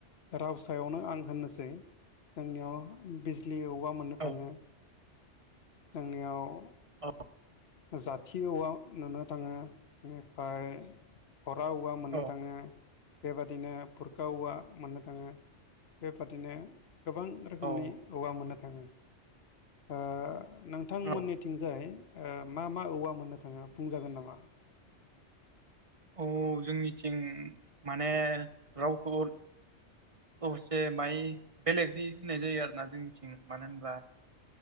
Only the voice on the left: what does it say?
राव सायावनो आं होननोसै जोंनियाव बिजलि औवा मोननो
थाङो। जोंनियाव
जाथि औवा नुनो थाङो इनिफाय खरा औवा मोननो
थाङो बेबादिनो भुरका औवा मोननो थाङो। बेबादिनो गोबां रोखोमनि
औवा मोननो थाङो। ओ नोंथांमोननिथिंजाय
ओ मा मा औवा मोननो थाङो बुंजागोन नामा?